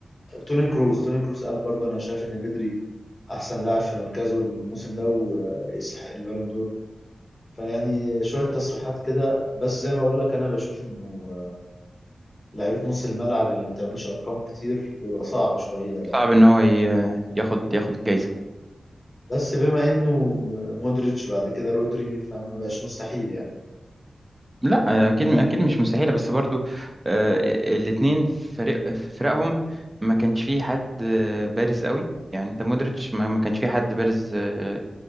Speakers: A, on the left; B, on the right.
A: توني كروس توني كروس قال برضو انا شايف ان بدري احسن لاعب في مركزه الموسم ده ويستحق البالون دور فيعني شويه تصريحات كده بس زي ما بقول لك انا بشوف انه لعيبه نص الملعب اللي ما بتعملش ارقام كتير بيبقى صعب شويه
B: صعب إن هو ي- ياخد ياخد الجايزة
A: بس بما انه مودريتش بعد كده رودري فما بقاش مستحيل يعني
B: لا آه، أكيد
A: أم،
B: أكيد مش مستحيلة بس برضو آه، الاتنين فريق في فرقهم ما كانش فيه حد آه، بارز قوي يعني أنت مودريتش ما ما كانش فيه حد بارز آه،